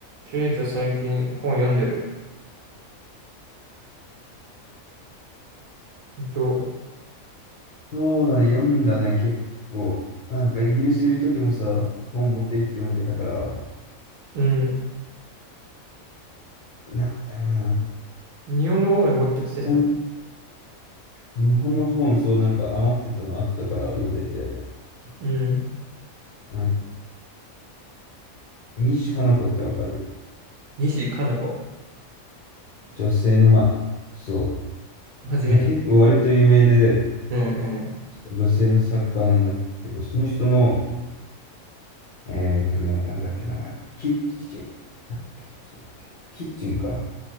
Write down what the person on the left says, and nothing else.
そうだね、読んだね、結構。なんかイギリスいる時もさ、本持って行って読んでたから、
なんだろうな。
最日本の本、そうなんか余ってたのあったから読んでて。
あ西加奈子ってわかる
女性の、まあ、そ
う。まあ、結構割と有名で、
女性の作家なんだけど、その人の、えーっとね、なんだっけ名前。キッチン。あキッチンだっけキッチンか。